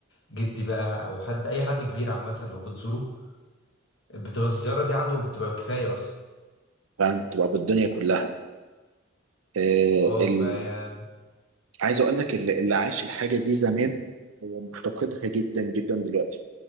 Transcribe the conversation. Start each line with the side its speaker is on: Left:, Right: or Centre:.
Left: جدي بقى او حد اي حد كبير عامة لو بتزوره بتبقى الزيارة دي عنده بتبقى كفاية اصلا
Right: فعلا بتبقى بالدنيا كلها آه،
Left: اه
Right: ال...
Left: فهي
Right: عايز اقول لك اللي اللي عاش الحاجه دي زمان هو مفتقدها جدا جدا دلوقتي